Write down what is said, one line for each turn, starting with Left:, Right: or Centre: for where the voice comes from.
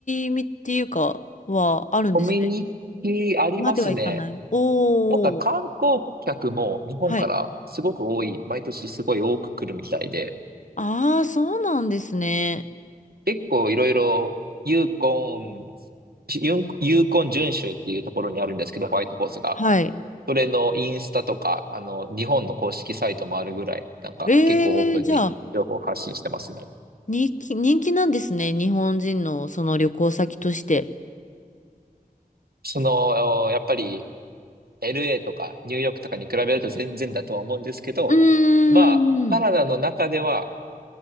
Left: ィみっていうかはあるんですね。
Right: コミュニティありますね。
Left: まではいかない。おお。
Right: なんか観光客も日本からすごく多い、
Left: はい。
Right: 毎年すごい多く来るみたいで、
Left: ああ、そうなんですね。
Right: 結構いろいろユーコン、ユンユーコン準州っていうところにあるんですけど、ホワイトホースが。
Left: はい。
Right: それのインスタとか、あの、日本の公式サイトもあるぐらい、なんか結構オープンに情報発信してますね。
Left: ええ、じゃあ、人気、人気なんですね。日本人のその旅行先として。
Right: その、やっぱり LA とかニューヨークとかに比べると全然だとは思うんですけど、
Left: うー
Right: まあ、カナダの中では、
Left: ん。